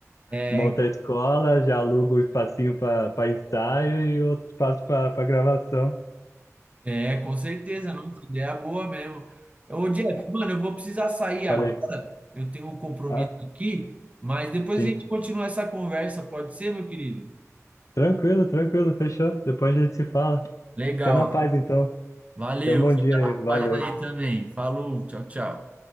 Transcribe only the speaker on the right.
É,
é, com certeza, não, ideia é boa mesmo. Ô, Jeff, mano, eu vou precisar sair
agora. Eu tenho um compromisso
aqui, mas depois
a gente continua essa conversa, pode ser, meu querido?
Legal.
Valeu,
fica
na
paz aí também. Falou, tchau, tchau.